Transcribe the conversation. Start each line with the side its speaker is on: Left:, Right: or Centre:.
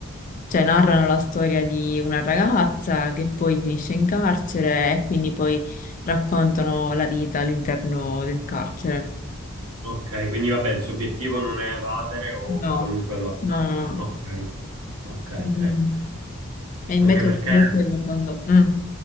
Left: cioè narrano la storia di una ragazza che poi finisce in carcere e quindi poi raccontano la vita all'interno del carcere.
Right: Ok, quindi vabbè, il suo obiettivo non è evadere o
Left: No.
Right: comunque lo è.
Left: No, no,
Right: Ok, ok,
Left: no.
Right: ok.
Left: Mm. E invece
Right: Anche perché
Left: tu stai guardando... Mm.